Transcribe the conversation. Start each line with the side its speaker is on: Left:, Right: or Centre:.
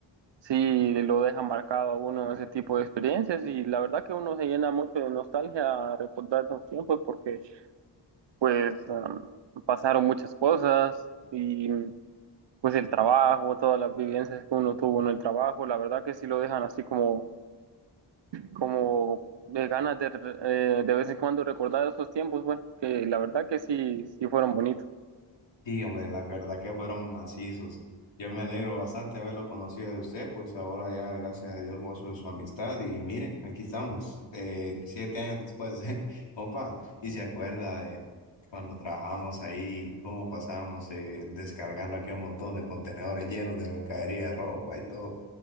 Right: sí lo deja marcado a uno ese tipo de experiencias y la verdad que uno se llena mucho de nostalgia a recordar esos tiempos porque pues um, pasaron muchas cosas y pues el trabajo, todas las vivencias que uno tuvo en el trabajo, la verdad que sí lo dejan así como, como de ganas de, re- eh, de vez en cuando recordar esos tiempos, güey, que la verdad que sí, sí fueron bonitos.
Left: Sí, hombre, la verdad que fueron macizos. Yo me alegro bastante de haberlo conocido de usted, pues ahora ya, gracias a Dios, gozo de su amistad. Y mire, aquí estamos, eh, siete años después, <laughs> compa, y se acuerda de cuando trabajamos ahí, cómo pasábamos eh, descargando aquel montón de contenedores llenos de mercadería, de ropa y todo.